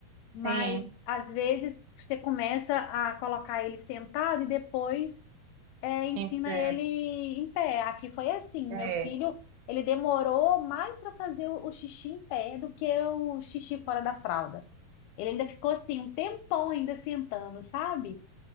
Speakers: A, on the right; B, on the left.
A: sim,
B: mas às vezes você começa a colocar ele sentado e depois é, ensina
A: sim, é,
B: ele em pé. Aqui foi assim,
A: é.
B: meu filho, ele demorou mais para fazer o, o xixi em pé do que o xixi fora da fralda. Ele ainda ficou assim, um tempão ainda sentando, sabe?